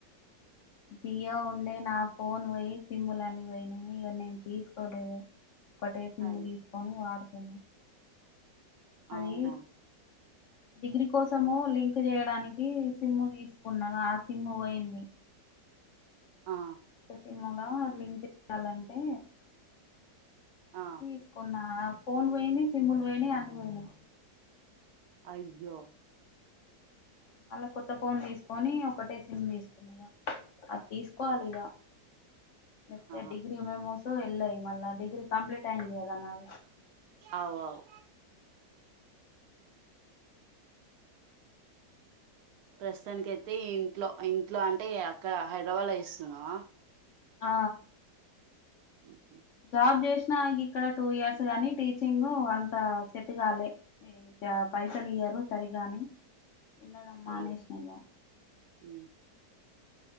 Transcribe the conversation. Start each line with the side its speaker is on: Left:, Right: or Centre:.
Left: జియో ఉండే నా ఫోన్ పోయి సిమ్ లన్నీ పోయినియి ఇక నేను తీసుకోలేదు ఒకటే సిమ్ము
Right: అయ్
Left: తీసుకొని వాడుతున్నా అదీ
Right: అవునా
Left: డిగ్రీ కోసము లింక్ చేయడానికి సిమ్ తీసుకున్న గ ఆ సిమ్ పోయింది
Right: ఆ
Left: సిమ్ముల లింకు ఇవ్వాలంటే
Right: ఆ
Left: తీసుకున్నా ఫోన్ పోయింది సిమ్ పోయినియ్ అన్ని పోయినియ్
Right: అయ్యో
Left: మళ్ళ కొత్త ఫోన్ తీసుకొని ఒకటే సిమ్ తీసుకుంట అది తీసుకోవాలి ఇక చెప్తె
Right: ఆ
Left: డిగ్రీ మెమోరీస్ కు వెళ్లాయి మళ్ళా డిగ్రీ కంప్లీట్ అయింది కదా నాది
Right: అవు అవు ప్రస్తుతానినికి అయితే ఇంట్లో ఇంట్లో అంటే అక్కడ హైదరాబాద్ లో ఇస్తున్నావా
Left: ఆ
Right: ఉ
Left: జాబ్ చేసినా ఇక్కడ టూ ఇయర్స్ గాని టీచింగ్ అంత సెట్ కాలే యా పైసలు ఇయ్యరు సరిగాని వెళ్ళడం మానేషిన
Right: అయ్యో
Left: ఇంకా
Right: ఉమ్